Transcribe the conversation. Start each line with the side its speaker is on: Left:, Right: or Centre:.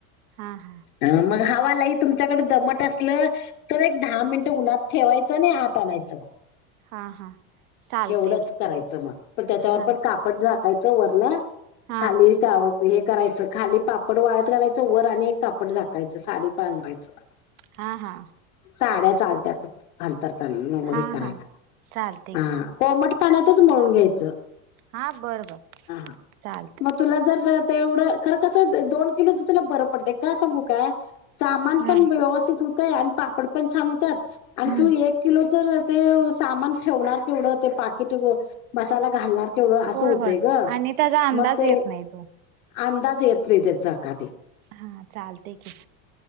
Right: हा हा.
Left: मग हवा लई तुमच्याकडे दमट असलं तर एक दहा मिनटं उन्हात ठेवायचं आणि आत आणायचं बघ.
Right: हा हा चालते
Left: एवढच
Right: की
Left: करायचं मग पण त्याच्यावर
Right: हा
Left: पण काप पडदा झाकायचं वरण
Right: हा
Left: खाली हे करायचं खाली पापड वाळत घालायचं. वर आणि एक कापड झााकायचं साली पांगरायचं.
Right: हा हा.
Left: साड्या चालत्यात. हंतरताना ह
Right: हा
Left: करायला
Right: हा चालते
Left: हा
Right: की
Left: कोमट पाण्यातच म्हळून घ्यायचं.
Right: हा बरं बर
Left: हा
Right: चालत.
Left: मग तुला जर तेवढं खर कस दोन किलोच तुला बरं पडत काय सांगू काय. सामान
Right: हा
Left: पण व्यवस्थित होतय आणि पापड पण छान होतात आणि
Right: हम्म
Left: तू एक किलो तर ते सामान ठेवणार केवढ ते पाकिट मसाला घालणार तेवढं असं
Right: होय
Left: होतंय
Right: होय
Left: ग,
Right: आणि त्याचा अंदाज
Left: मग ते
Right: येत नाही तो
Left: अंदाज येत नाही त्याच का ते.
Right: हा चालते की.